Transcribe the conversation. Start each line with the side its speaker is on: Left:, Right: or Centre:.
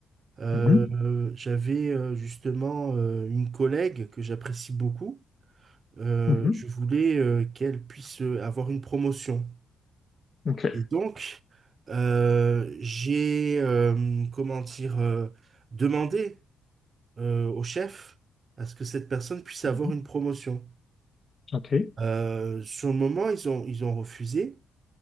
Right: Euh,
Left: Mhm.
Right: euh, j'avais euh, justement euh, une collègue que j'apprécie beaucoup. euh,
Left: Mhm.
Right: je voulais euh, qu'elle puisse euh, avoir une promotion.
Left: OK.
Right: Et donc, euh, j'ai, euh, comment dire, euh, demandé euh, au chef à ce que cette personne puisse avoir
Left: Mhm.
Right: une promotion.
Left: OK.
Right: Euh, sur le moment, ils ont, ils ont refusé.